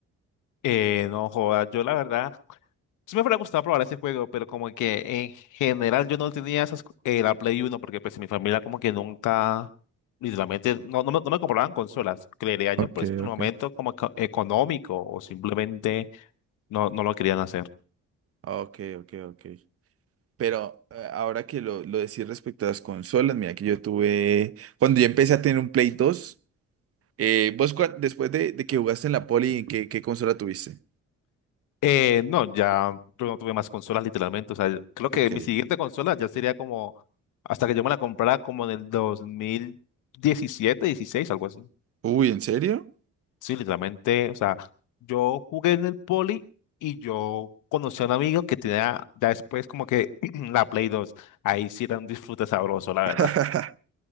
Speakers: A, on the left (about 85°); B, on the right (about 50°).
A: Eh, no joda, yo la verdad, sí me hubiera gustado probar ese juego, pero como que en general yo no tenía esas, co- eh, la Play uno porque pues mi familia como que nunca, literalmente, no, no, me, no me compraban consolas. Creería yo
B: Ok,
A: pues por
B: ok.
A: el momento como eco- económico o simplemente no, no lo querían hacer.
B: Ok, ok, ok. Pero eh, ahora que lo, lo decís respecto a las consolas, mira que yo tuve, cuando yo empecé a tener un Play dos, eh, vos cua- después de, de que jugaste en la Poli, ¿en qué, qué consola tuviste?
A: Eh, no, ya yo no tuve más consolas literalmente. O sea, creo
B: Ok.
A: que mi siguiente consola ya sería como hasta que yo me la comprara como en el dos mil diecisiete, dieciséis, algo así.
B: Uy, ¿en serio?
A: Sí, literalmente. O sea, yo jugué en el Poli y yo conocí a un amigo que tenía ya después como que <clears throat> la Play 2. Ahí sí era un disfrute sabroso, la verdad.
B: <laughs>